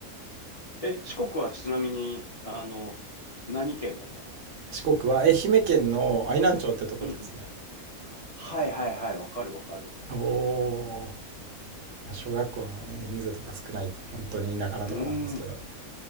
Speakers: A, on the left; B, on the right.
A: え、四国はちなみに、あの、何県だったの
B: 四国は愛媛県の愛南町ってとこですね。
A: うんはいはいはい、わかるわかる。
B: おお。まあ、小学校のね、人数とか少ない、本当に田舎なとこなんですけど。
A: うーん。っ